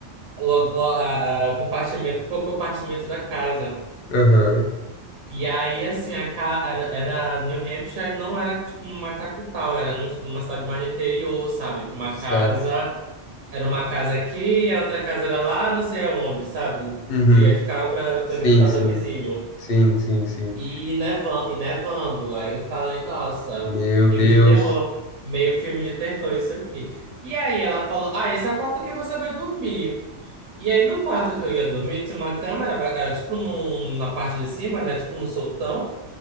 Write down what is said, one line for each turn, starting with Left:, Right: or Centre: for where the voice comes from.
Right: lo- lo- a, a- compartimento por compartimento da casa.
Left: aham,
Right: E aí, assim, a ca... era, era New Hampshire, não era tipo uma capital, era num- numa cidade mais do interior, sabe? Que uma
Left: certo.
Right: casa era uma casa aqui e a outra casa era lá, não sei aonde, sabe?
Left: Uhum.
Right: Tu ia de carro pra, pra
Left: Sim,
Right: visitar
Left: sim,
Right: o teu vizinho.
Left: sim, sim, sim.
Right: E nevando, e nevando. Aí eu falei, nossa,
Left: Meu
Right: filme
Left: Deus.
Right: de terror. Meio filme de terror isso aqui. E aí ela falou, ah, esse é o quarto que você vai dormir. E aí no quarto que eu ia dormir, tinha uma câmera, ba- era tipo num, na parte de cima, né? Tipo no soltão.